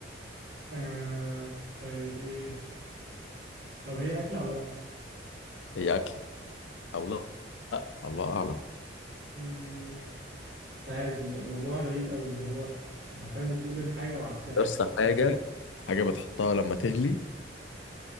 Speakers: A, on the right (about 75°); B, on the left (about 85°).
A: آه طيب ايه طب هي أكلة ولا لأ؟
B: هي اكله او لا الله اعلم
A: مم، مش عارف الموضوع غريب قوي اللي هو انت عارفين بتقول الحاجة وعكسها
B: بس حاجه حاجه بتحطها لما تغلي